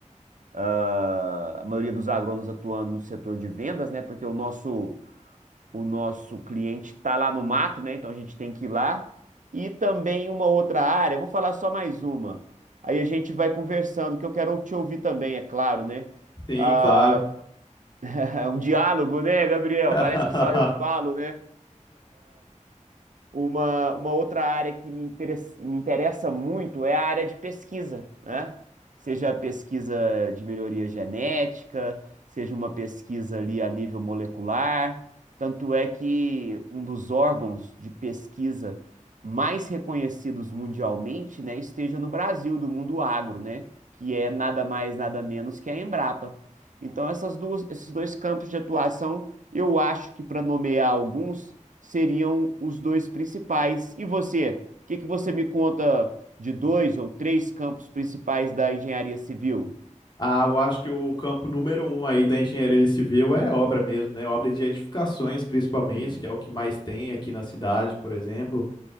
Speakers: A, on the right; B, on the left.
A: ah, a maioria dos agrônomos atuando no setor de vendas, né? Porque o nosso o nosso cliente está lá no mato, né? Então a gente tem que ir lá. E também uma outra área, vou falar só mais uma. Aí a gente vai conversando, que eu quero te ouvir também, é claro, né?
B: Sim,
A: Ah,
B: claro.
A: <laughs> é um diálogo, né, Gabriel?
B: <laughs>
A: Parece que só eu falo, né? Uma, uma outra área que me interessa, me interessa muito é a área de pesquisa, né? Seja a pesquisa de melhoria genética, seja uma pesquisa ali a nível molecular. Tanto é que um dos órgãos de pesquisa mais reconhecidos mundialmente, né, esteja no Brasil, do mundo agro, né? Que é nada mais, nada menos que a Embrapa. Então, essas duas, esses dois campos de atuação, eu acho que para nomear alguns, seriam os dois principais. E você? O que que você me conta de dois ou três campos principais da engenharia civil?
B: Ah, eu acho que o campo número um aí da engenharia civil é obra mesmo, né? Obra de edificações, principalmente,
A: Hum,
B: que é o que mais tem aqui na cidade, por exemplo.